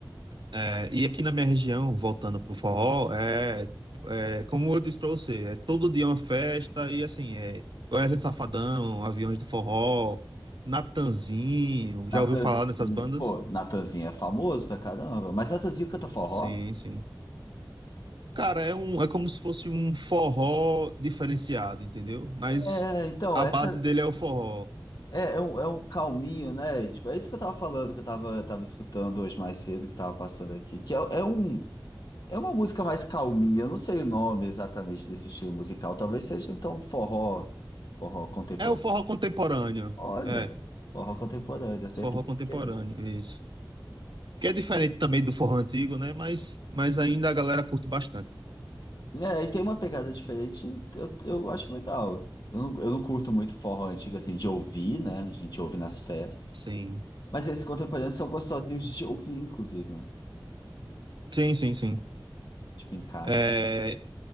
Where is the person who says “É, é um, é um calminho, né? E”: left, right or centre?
Left